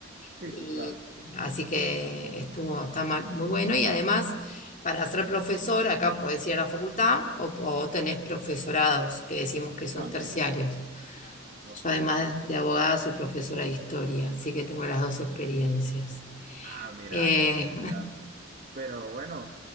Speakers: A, on the right; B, on the left.
A: Sí,
B: Y
A: sí, claro.
B: así que estuvo, está ma- muy bueno. Y además, para ser profesor, acá podés ir a la facultad o, o tenés profesorados, que decimos que son
A: También.
B: terciarios.
A: Ok.
B: Yo además de abogada soy profesora de historia, así que tengo las dos experiencias.
A: Ah, mira,
B: Eh,
A: qué interesante. Pero bueno,